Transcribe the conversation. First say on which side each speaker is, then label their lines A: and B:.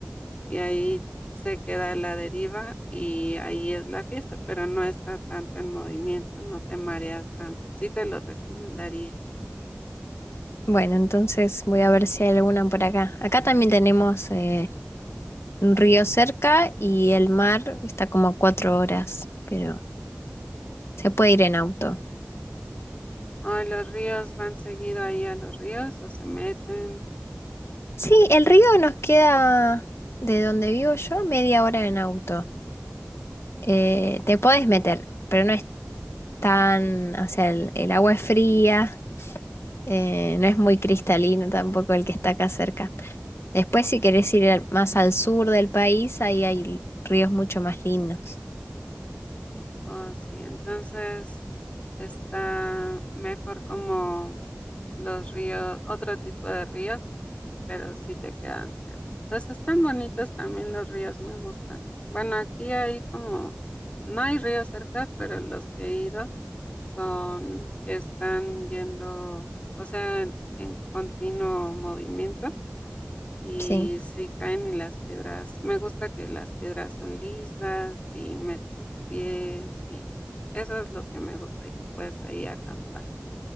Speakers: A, on the left; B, on the left.
A: y ahí se queda a la deriva y ahí es la fiesta, pero no está tanto en movimiento, no te mareas tanto. Sí te lo recomendaría.
B: Bueno, entonces voy a ver si hay alguna por acá. Acá también tenemos eh, un río cerca y el mar está como a cuatro horas, pero se puede ir en auto.
A: O los ríos van seguido ahí a los ríos, o se meten,
B: Sí, el río nos queda de donde vivo yo media hora en auto. Eh, te podés meter, pero no es tan, o sea, el, el agua es fría, eh, no es muy cristalino tampoco el que está acá cerca. Después, si querés ir al- más al sur del país, ahí hay ríos mucho más lindos.
A: o sí, entonces está mejor como los ríos, otro tipo de ríos pero sí te quedan cerca. Los están bonitos también los ríos, me gustan. Bueno, aquí hay como, no hay ríos cerca, pero los que he ido son que están yendo, o sea, en, en continuo movimiento y
B: Sí,
A: si caen y las piedras, me gusta que las piedras son lisas y metes tus pies y eso es lo que me gusta y que puedes ahí acampar.